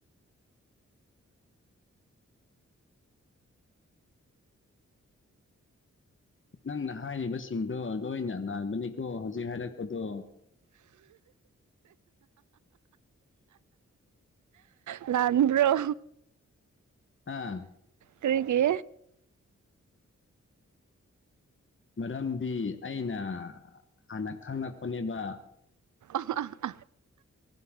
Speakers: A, on the left; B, on the right.
A: ꯅꯪꯅ ꯍꯥꯏꯔꯤꯕꯁꯤꯡꯗꯣ ꯂꯣꯏꯅ ꯅꯥꯟꯕꯅꯤꯀꯣ ꯍꯧꯖꯤꯛ ꯍꯥꯏꯔꯛꯄꯗꯣ
B: ꯂꯥꯟꯕꯕ꯭ꯔꯣ
A: ꯑ
B: ꯀꯔꯤꯒꯤ
A: ꯃꯔꯝꯗꯤ ꯑꯩꯅ ꯍꯥꯟꯅ ꯈꯪꯉꯛꯄꯅꯦꯕ
B: ꯑꯣ